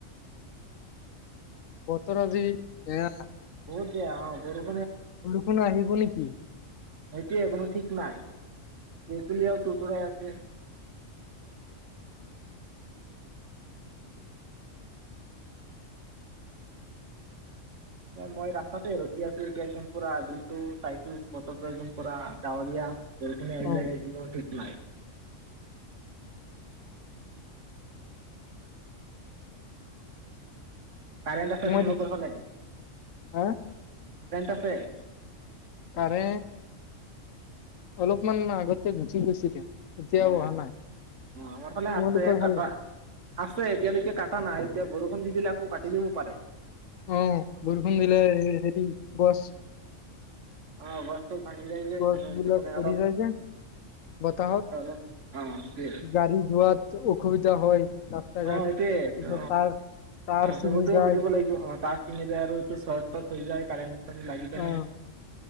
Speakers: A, on the left; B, on the right.
A: বতৰ আজি বেয়া
B: <inaudible>
A: বৰযুণ আহিব নেকি?
B: সেইটোৱে কোনো থিক নাই, ভেকুলীৱে তুৰ তুৰাই আছে। মই ৰাষ্টাতে ৰখি আছো এতিয়া পুৰা দিনটো চাইছো বতৰতো একদম পুৰা ডাৱৰীয়া। বৰষুণ এ আহি
A: অ
B: যায় নিকি কোনো থিক নাই। কাৰেন্ট আছে
A: তোমাৰ
B: তোমালোকৰ ফালে।
A: হা
B: <unintelligible>
A: তাৰে অলপমান আগতে গুচি গৈছিলে। এতিয়াও
B: অ,
A: অহা নাই
B: আমাৰফালে
A: তোমালোকৰ
B: আছে
A: ফালে
B: কাটা নাই আছে এতিয়ালৈকে কাটা নাই এতিয়া বৰ বৰষুণ দি দিলে আকৌ কাটি দিব পাৰে।
A: অ, বৰষুণ দিলে হেৰি গছ
B: অ' মন চন ভাঙি যায় যে,
A: গছ
B: এইটো
A: বিলাক
B: মানে
A: পৰি
B: অলপ
A: যায় যে বতাহত
B: অলপ <unintelligible>
A: গাড়ী যোৱাত অসুবিধা হয় ৰাস্তা ঘাট
B: অ' একে
A: পিছত
B: তো
A: তাৰ তাৰ ছিঙি
B: সবকে
A: যায়
B: বুজিব লাগিব, অ' তাত তাৰ খিনিযে আৰু ইটো চৰ্ট চট হৈ যায়। কাৰেণ্ট পানীত লাগি গেলে,
A: অ